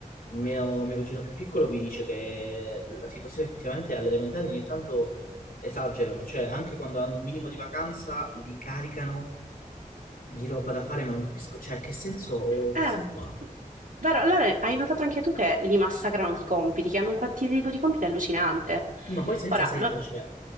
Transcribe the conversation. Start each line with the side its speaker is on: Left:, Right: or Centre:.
Left: mio, mio cugino più piccolo mi dice che la situazione effettivamente alle elementari ogni tanto esagerano, cioè anche quando hanno un minimo di vacanza li caricano di roba da fare, ma non capisco, cioè che senso,
Right: Eh,
Left: che senso ha?
Right: vero, allora hai notato anche tu che li massacrano di compiti, che hanno un quantitativo di compiti allucinante.
Left: Sì, Ma poi senza
Right: Ora,
Left: senso,
Right: no-
Left: cioè,